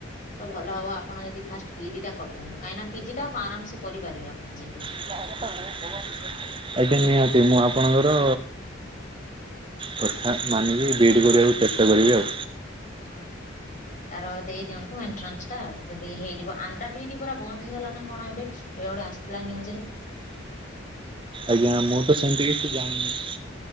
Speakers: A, on the left (about 40°); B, on the right (about 25°).
A: ତ ଭଲ ହବ ଆପଣ ଯଦି ଫାଷ୍ଟ ବି ଇ ଡି ଟା କରିଦିଅନ୍ତୁ କାହିଁକିନା ପି ଜି ଟା ଆରାମ ସେ କରିପାରିବେ ଆପଣ ଯେବେ ବି।
B: <unintelligible> ଆଜ୍ଞା ନିହାତି ମୁଁ ଆପଣଙ୍କର କଥା ମାନିବି ବି ଇ ଡି କରିବାକୁ ଚେଷ୍ଟା କରିବି ଆଉ।
A: ହଁ ତାର ଦେଇ ଦିଅନ୍ତୁ ଏଣ୍ଟ୍ରାନ୍ସ ଟା ଯଦି ହେଇଯିବ ଆନ୍ଦ୍ରା ବି ଇ ଡି ପରା ବନ୍ଦ ହେଇଗଲା ନା କଣ ଏବେ କେବେ ଗୋଟେ ଆସିଥିଲା ନ୍ୟୁଜରେ।
B: ଆଜ୍ଞା ମୁଁ ତ ସେମିତି କିଛି ଜାଣିନି।